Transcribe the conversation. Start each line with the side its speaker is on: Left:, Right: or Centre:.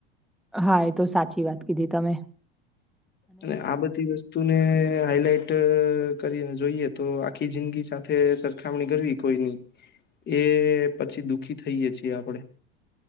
Centre: હા એ તો સાચી વાત કીધી તમે
Left: અને આ બધી વસ્તુ વસ્તુ ને હાઈલાઈટ કરી જોઈએ તો આખી જિંદગી સાથે સરખામણી કરવી કોઈની એ પછી દુઃખી થઈએ છીએ આપડે